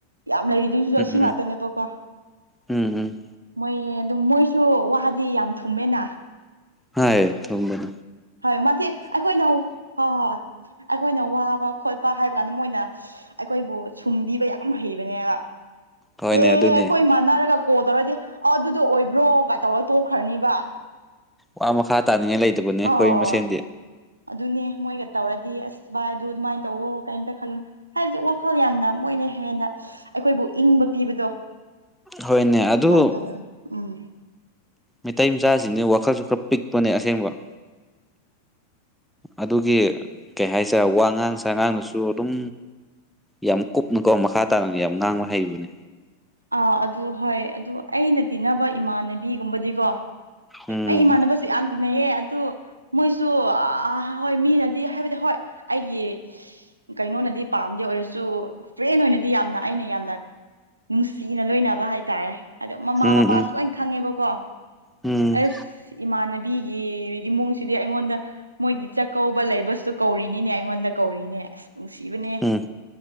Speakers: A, on the right; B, in the centre.
A: ꯌꯥꯝ ꯂꯩꯔꯤꯗꯨꯁꯨ
B: ꯎꯝ
A: ꯑꯁꯤ
B: ꯎꯝ
A: ꯉꯥꯛꯇꯅꯦꯕꯀꯣ꯫
B: ꯎꯝ ꯎꯝ
A: ꯃꯣꯏ ꯑꯗꯨꯝ ꯃꯣꯏꯁꯨ ꯋꯥꯗꯤ ꯌꯥꯝ ꯊꯨꯝꯃꯦꯅ꯫
B: ꯍꯣꯏ ꯊꯨꯝꯕꯅꯦ꯫
A: ꯍꯣꯏ ꯃꯥꯗꯤ ꯑꯩꯈꯣꯏꯅ ꯍꯣꯏ ꯑꯩꯈꯣꯏꯅ ꯋꯥꯕ ꯈꯣꯠꯄ ꯍꯥꯏꯕ ꯀꯥꯟꯗ ꯃꯣꯏꯅ ꯑꯩꯈꯣꯏꯕꯨ ꯁꯨꯝꯕꯤꯕ ꯌꯥꯝ ꯍꯩꯕꯅꯦꯕ꯫
B: ꯍꯣꯏꯅꯦ
A: ꯑꯦ
B: ꯑꯗꯨꯅꯦ
A: ꯑꯩꯈꯣꯏ ꯃꯥꯟꯅꯔꯒ ꯀꯣꯜ ꯇꯧꯔꯗꯤ ꯑ ꯑꯗꯨꯗꯣ ꯑꯣꯏꯕ꯭ꯔꯣꯒ ꯇꯧꯔ ꯇꯣꯛꯈ꯭ꯔꯅꯤꯕ꯫
B: ꯋꯥ ꯃꯈꯥ ꯇꯥꯅꯤꯡꯉꯥꯏ ꯂꯩꯗꯕꯅꯦ
A: ꯍꯣꯏ
B: ꯈꯣꯏ ꯃꯁꯦꯟꯗꯤ꯫
A: ꯑꯗꯨꯅꯦ ꯃꯣꯏꯒ ꯇꯧꯔꯗꯤ ꯑꯁ ꯚꯥꯏ ꯑꯗꯨ ꯑꯗꯨꯃꯥꯏꯅ ꯇꯧꯋꯣ ꯀꯔꯤꯝꯇ ꯈꯜꯂꯨ ꯍꯥꯏꯕꯁꯤ ꯋꯥꯈꯜ ꯌꯥꯝꯅ ꯃꯣꯏꯅ ꯍꯦꯟꯅ ꯑꯩꯈꯣꯏꯕꯨ ꯏꯪꯕ ꯄꯤꯕꯗꯣ꯫
B: ꯍꯣꯏꯅꯦ ꯑꯗꯨ
A: ꯑꯗꯨꯃꯥꯏꯅ ꯇꯧꯋꯦ ꯎꯝ꯫
B: ꯃꯩꯇꯩ ꯃꯆꯥꯁꯤꯡꯖꯦ ꯋꯥꯈꯜꯁꯨ ꯈꯔ ꯄꯤꯛꯄꯅꯦ ꯑꯁꯦꯡꯕ꯫ ꯑꯗꯨꯒꯤ ꯀꯩ ꯍꯥꯏꯁꯦꯔ ꯋꯥꯉꯥꯡ ꯁꯥꯉꯥꯡꯗꯨꯁꯨ ꯑꯗꯨꯝ꯫ ꯌꯥꯝ ꯀꯨꯞꯅꯀꯣ ꯃꯈꯥ ꯇꯥꯅ ꯌꯥꯝ ꯉꯥꯡꯕ ꯍꯩꯕꯅꯦ꯫
A: ꯑꯥ ꯑꯗꯨ ꯍꯣꯏ ꯑꯗꯨ ꯑꯩꯅ ꯇꯤꯟꯅꯕ ꯏꯃꯥꯟꯅꯕꯤꯒꯨꯝꯕꯗꯤꯀꯣ
B: ꯎꯝ
A: ꯑꯩ ꯏꯃꯥꯟꯅꯕ ꯌꯥꯝ ꯇꯤꯟꯅꯩꯌꯦ ꯑꯗꯨ ꯃꯣꯏꯁꯨ ꯑ ꯍꯣꯏ ꯃꯤꯅꯗꯤ ꯍꯥꯏꯕꯗꯤ ꯍꯣꯏ ꯑꯩꯒꯤ ꯀꯩꯅꯣꯅꯗꯤ ꯄꯥꯝꯗꯦ ꯑꯣꯏꯔꯁꯨ ꯐ꯭ꯔꯦꯟ ꯑꯣꯏꯅꯗꯤ ꯌꯥꯝꯅ ꯑꯩꯅ ꯌꯥꯝꯅ ꯅꯨꯡꯁꯤꯅ ꯂꯣꯏꯅꯕ ꯍꯥꯏꯇꯥꯔꯦ ꯑꯗꯣ ꯃꯃꯥ
B: ꯎꯝ
A: ꯃꯄꯥꯁꯨ ꯂꯣꯏ ꯈꯪꯉꯦꯕꯀꯣ
B: ꯎꯝ ꯎꯝ
A: ꯑꯁ ꯏꯃꯥꯟꯅꯕꯤꯒꯤ ꯏꯃꯨꯡꯁꯤꯗꯤ ꯑꯩꯉꯣꯟꯗ ꯃꯣꯏꯒꯤ ꯆꯥꯛꯀꯧꯕ ꯂꯩꯕꯁꯨ ꯀꯧꯔꯤꯅꯤꯅꯦ ꯑꯩꯉꯣꯟꯗ ꯀꯧꯔꯤꯅꯦ ꯑꯁ꯫ ꯅꯨꯡꯁꯤꯕꯅꯦ
B: ꯎꯝ